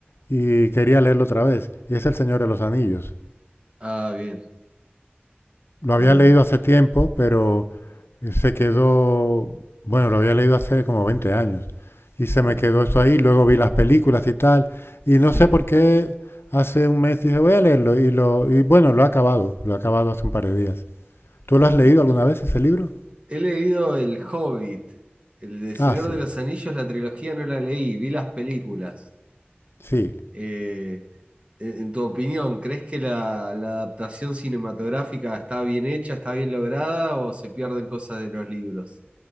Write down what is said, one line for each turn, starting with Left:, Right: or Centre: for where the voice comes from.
Left: y quería leerlo otra vez, y es El Señor de los Anillos.
Right: Ah, bien.
Left: Lo
Right: Eh,
Left: había leído hace tiempo, pero se quedó, bueno, lo había leído hace como 20 años y
Right: sí,
Left: se me quedó eso ahí, luego vi las películas y tal, y
Right: sí,
Left: no sé por qué hace un mes dije, voy a leerlo, y, lo, y bueno, lo he acabado, lo he acabado hace un par de días. ¿Tú lo
Right: sí.
Left: has leído alguna vez ese libro?
Right: He leído El Hobbit, el de Señor
Left: Ah, sí,
Right: de los Anillos, la trilogía no la leí, vi las películas.
Left: sí,
Right: Eh, en, en tu opinión, ¿crees que la, la adaptación cinematográfica está bien hecha, está bien lograda o se pierden cosas de los libros?